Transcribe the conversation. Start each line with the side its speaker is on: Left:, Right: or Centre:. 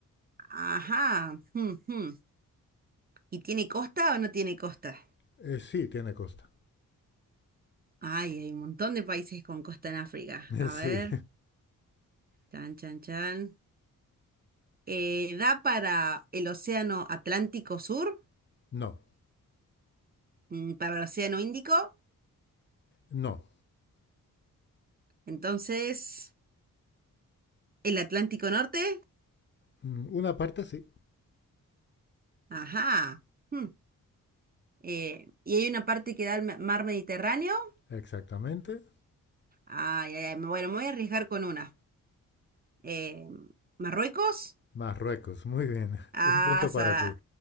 Right: Ajá. jum, jum. ¿Y tiene costa o no tiene costa?
Left: Eh, sí, tiene costa.
Right: Ay, hay un montón de países con costa en África.
Left: <laughs> Eh,
Right: A
Left: sí.
Right: ver, chan, chan, chan. Eh, da para el Océano Atlántico Sur,
Left: <laughs> No,
Right: mm, para el Océano Índico,
Left: no.
Right: entonces el Atlántico Norte,
Left: Mm, Una parte sí,
Right: ajá. hmm, eh, y hay una parte que da al ma- mar Mediterráneo.
Left: exactamente.
Right: Ay, ay, ay, bueno, me voy a arriesgar con una. Eh, Marruecos,
Left: Marruecos, muy bien. <laughs>
Right: asa.
Left: Un punto para ti.